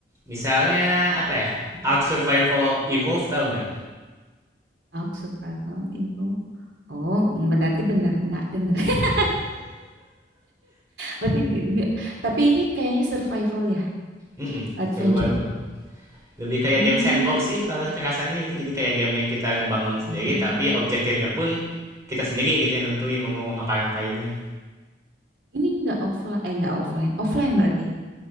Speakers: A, on the right; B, on the right.
A: Misalnya apa ya?
B: Mm-mm.
A: Ark Survival Evolved tahu nggak?
B: Talk survival evil. Oh, berarti benar nggak dengar. <laughs> Berarti nggak. nggak. Tapi ini kayaknya survival ya,
A: Mm-mm,
B: adventure.
A: Survival. Lebih kayak
B: Hmm.
A: game sandbox sih kalau rasanya gitu. Jadi kayak game yang kita ngebangun sendiri
B: Oh,
A: tapi objektifnya pun kita sendiri gitu yang nentuin mau ngapain ngapainnya
B: ini nggak offline, eh nggak offline, offline berarti.